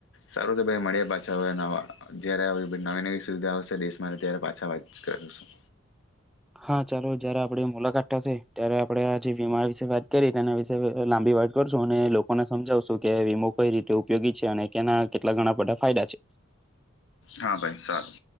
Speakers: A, on the left; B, in the centre.
A: સારું તો ભાઈ મળ્યા પાછા હવે જયારે નવી નવી સુવિધા આવશે <unintelligible> મારે ત્યારે પાછા વાત કરું શું.
B: હા ચાલો જયારે આપડે મુલાકાત થશે ત્યારે આપડે આજે વીમા વિશે વાત કરી તેના વિશે લાંબી વાત કરશું અને લોકોને સમજાવશું કે વીમો કઈ રીતે ઉપયોગી છે અને કેના કેટલા ઘણા બધા ફાયદા છે.
A: હા ભાઈ સારું.